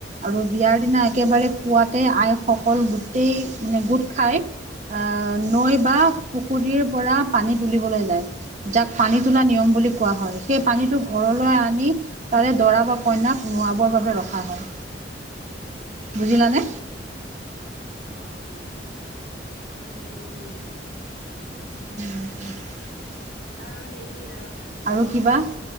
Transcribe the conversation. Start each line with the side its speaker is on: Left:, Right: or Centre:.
Right: আৰু বিয়াৰ দিনা একেবাৰে পোৱাতে,
Left: অ'।
Right: আইসকল গোট গোটেই, গোট খাই আ নৈ বা পুখুৰীৰ পৰা পানী তুলিবলৈ যায়, যাক পানী নিয়ম বুলি হয়, সেই পানীটো ঘৰলৈ আনি তাৰে দৰা বা কইনাক, নোৱাবৰ বাবে ৰখা হয়, বুজিলানে।
Left: অ', বুজিছো বুজিছো।
Right: <inaudible>
Left: আৰু হেৰি অ'।
Right: আৰু কিবা।